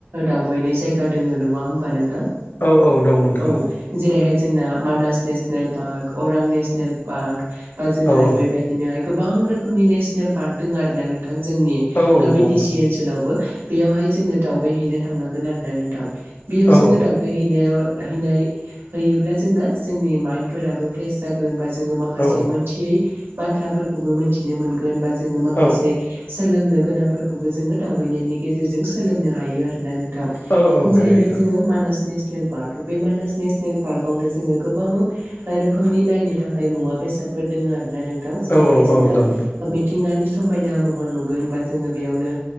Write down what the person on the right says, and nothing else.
दावबायनाय जायगा दोङो नङा होमबा नोंथां?
औ
जेरैहाय जोंना मानास नेसनेल पार्क अरां नेसनेल पार्क बा जोङो
बेबाय बिदिनोहाय गोबां रोखोमनि नेशनेल पार्क दोङो आरोना नोंथां जोंनि
बिटि
सि ओनसो लावबो बेयावहाय जोङो दावबायहैनो थांनांगोन आरोना नोंथां बेयाव
जोङो दाउ होइनायाव हाइनाइ हायोब्ला जोंना जोंनि माइदं फोराबो फ्रेस जागोन बा जोङो माखासे
मोनथियै बाथ्राफोरखौबो मिनथिनो मोनगोन बा जोङो माखासे
सोलोंनो गोनांफोरखौबो जोङो दावबायनायनि गेजेरजों सोलोंनो हायो आरोना नों थां
जेरैहाय
जोङो मानास नेसनेल पार्क बे मानास नेसनेल पार्कआवनो जोङो गोबां रोखोमनि नायनो थाखाय मुवा बेसादफोर दोङो आरोना नोंथां जेरैहाय
जोंना
मिथिंगानि समायना महर नुगोन बा जोङो बेयावनो